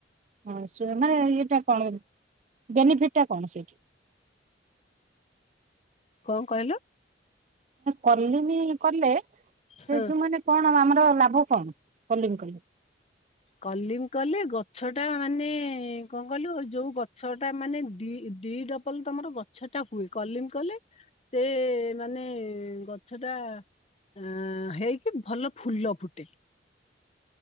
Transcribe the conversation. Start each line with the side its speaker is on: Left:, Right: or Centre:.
Right: ହଁ ମାନେ ଏଇଟା କଣ ବେନିଫିଟ ଟା କଣ ସେଇଠି?
Left: କଣ କହିଲ?
Right: କଲିମି କଲେ ସେ
Left: ହଁ
Right: ଯୋଉ ମାନେ କଣ ଆମର ଲାଭ କଣ କଲିମ କଲେ?
Left: କଲିମ କଲେ ଗଛଟା ମାନେ କଣ କହିଲୁ ଯୋଉ ଗଛ ଟା ମାନେ ଦି ଦିଡ କଲେ ତମର ଗଛଟା ହୁଏ କଲିମ କଲେ। ସେ ମାନେ ଗଛଟା ଅ ହେଇକି ଭଲ ଫୁଲ ଫୁଟେ।